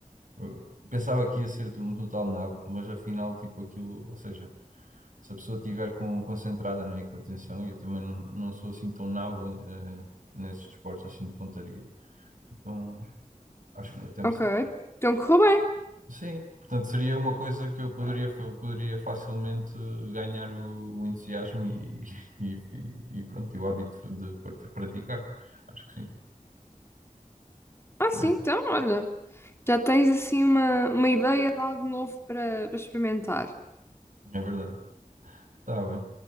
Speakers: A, on the right (about 75°); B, on the left (about 20°).
A: Eh, Pensava que ia ser um total nabo, mas afinal, tipo, aquilo, ou seja, se a pessoa estiver com, concentrada, não é, e com atenção, eu também não, não sou assim tão nabo eh, nesses desportos assim de pontaria. Então, acho que até me
B: Ok,
A: sa-
B: então correu bem.
A: Sim, portanto, seria uma coisa que eu poderia, fa- poderia facilmente ganhar o, o entusiasmo e, <laughs> e, e, e pronto, e o hábito de parte- praticar. Acho que sim,
B: Ah, sim,
A: é,
B: então, olha. Já tens assim uma, uma ideia de algo novo para para experimentar.
A: é verdade. Está bem.